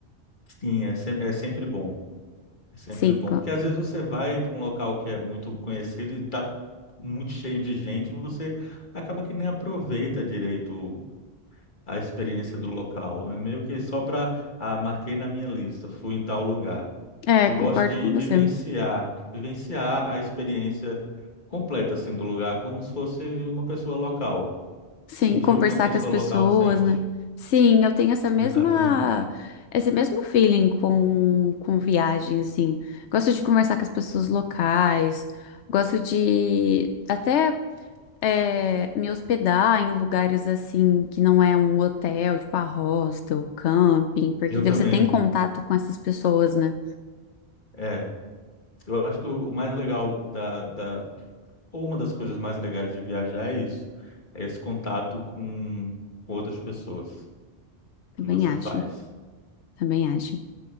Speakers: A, on the left (about 45°); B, on the left (about 85°).
A: Sim, é, sem- é sempre bom, é sempre
B: Sim,
A: bom,
B: co-
A: porque às vezes você vai para um local que é muito conhecido e está muito cheio de gente e você acaba que nem aproveita direito a experiência do local. É meio que só para, ah, marquei na minha lista, fui em tal lugar.
B: é,
A: Eu
B: concordo
A: gosto de
B: com você.
A: vivenciar, vivenciar a experiência completa assim do lugar, como se fosse uma pessoa local.
B: Sim,
A: Sentir
B: conversar
A: o que uma pessoa
B: com as pessoas,
A: local sente.
B: né? Sim, eu tenho essa mesma,
A: Exatamente.
B: esse mesmo feeling com, com viagem, assim. Gosto de conversar com as pessoas locais, gosto de até é, me hospedar em lugares assim que não é um hotel, tipo a hostel, camping, porque
A: Eu
B: daí
A: também.
B: você tem contato com essas pessoas, né?
A: É. Eu acho que o o mais legal da, da, ou uma das coisas mais legais de viajar é isso, é esse contato com outras pessoas
B: Também
A: que você
B: acho,
A: faz.
B: também acho.